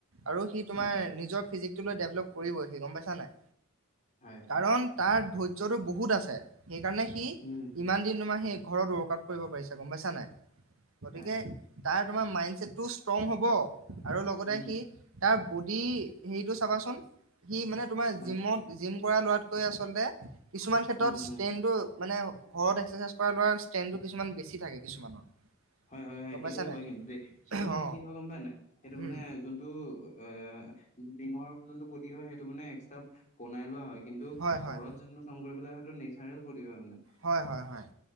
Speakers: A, on the right; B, on the left.
A: আৰু সি তোমাৰ
B: হয় হয়
A: নিজৰ ফীজিকটো লৈ নিজৰ দেভলপ কৰিবই গম পাইছা নাই?
B: হয় হয়
A: কাৰণ তাৰ ধৈৰ্যটো বহুত আছে। সেইকাৰণে সি
B: উম
A: ইমান দিন তোমাৰ সেই ঘৰত ৱৰ্কআউট কৰিব পাৰিছা গম পাইছা নাই? গতিকে
B: হয় হয়
A: তাৰ তোমাৰ মাইণ্ডছেটটো ষ্ট্ৰং হ'ব। আৰু লগতে
B: উম
A: সি তাৰ বডি হেৰিটো চাবাচোন। সি মানে তোমাৰ
B: হয়
A: জিমত জিম কৰা লৰাতকৈ আচলতে কিছুমান
B: উম
A: ষ্ট্ৰেনটো
B: হম
A: মানে ঘৰত এক্সাৰচাইজ কৰা লোৱাৰ ষ্ট্ৰেনটো কিছুমান বেছি থাকে কিছুমানৰ।
B: হয়, হয়, হয়
A: গম
B: সেইটো
A: পাইছা নাই
B: হয় কিন্তু দেই সেইটো মানে
A: অ
B: কি হয় গম পায় নাই সেইটো মানে
A: উম
B: যোনটো এ ডিমৰ যোনটো গতি হয় সেইটো মানে এক্সট্ৰা বনাই লোৱা হয় কিন্তু
A: হয় হয়
B: ঘৰত যটো কাম কৰিব সেইটো নেচাৰেল মানে
A: হয় হয় হয়